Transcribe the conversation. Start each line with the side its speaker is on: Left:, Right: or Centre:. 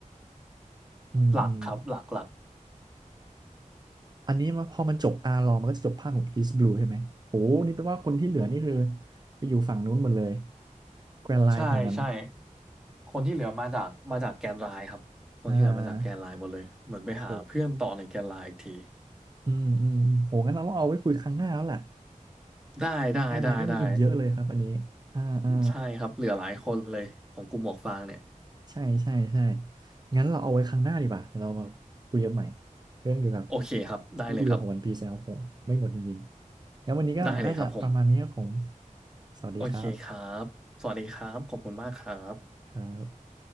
Right: อืมอืม
Centre: หลักครับหลักหลัก
Right: อันนี้มาพอมันจบอาร์ลอมันก็จะจบภาคของอีสต์บลูใช่ไหมโอ้โหนี่แปลว่าคนที่เหลือนี่คือไปอยู่ฝั่งนู้นหมดเลยแกรนไลน์แถวนั้น
Centre: ใช่ใช่คนที่เหลือมาจากมาจากแกนไลน์ครับคนที่เหลือมาจากแกนไลน์หมดเลยเหมือนไปหาเพื่อนต่อในแกนไลน์อีกที
Right: อ่าโหอืมอืมโหงั้นเราต้องเอาไว้คุยครั้งหน้าแล้วล่ะ
Centre: ได้ได้ได้ได้
Right: เพราะแกรนไลน์ก็มีอีกเยอะเลยครับอันนี้อ่าอ่า
Centre: ใช่ครับเหลือหลายคนเลยของกลุ่มหมวกฟางเนี่ย
Right: ใช่ใช่ใช่ งั้นเราเอาไว้ครั้งหน้าดีกว่าเดี๋ยวเรามาคุยกันใหม่ เรื่องเกี่ยวกับ
Centre: โอเคครับได้เลยครับ
Right: ลูกเรือของวันพีซนะครับผมไม่หมดจริงๆงั้นวันนี้ก็น่าจะประมาณนี้ครับผม
Centre: ได้เลยครับผม
Right: สวัสดีครับ
Centre: โอเคครับสวัสดีครับขอบคุณมากครับ
Right: ครับ